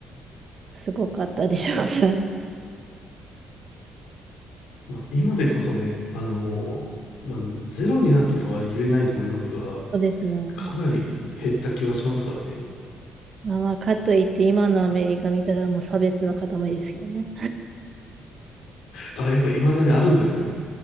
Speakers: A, on the right; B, on the left.
A: すごかったでしょうから。<laughs>
B: まあ、今でこそね、あのーまあ、ゼロになったとは言えないと思いますが、
A: そうですね。
B: かなり減った気はしますからね。
A: まあ、まあ、かといって今のアメリカ見たらもう差別の塊ですけどね。
B: あ、やっぱ未だにあるんですね。